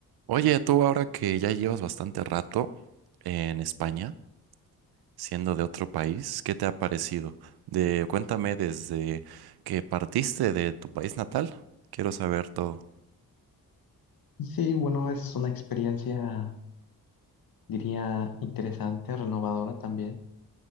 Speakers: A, on the right; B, on the left.
A: Oye, tú ahora que ya llevas bastante rato en España, siendo de otro país, ¿qué te ha parecido? De, cuéntame desde que partiste de tu país natal. Quiero saber todo.
B: Sí, bueno, es una experiencia, diría, interesante, renovadora también.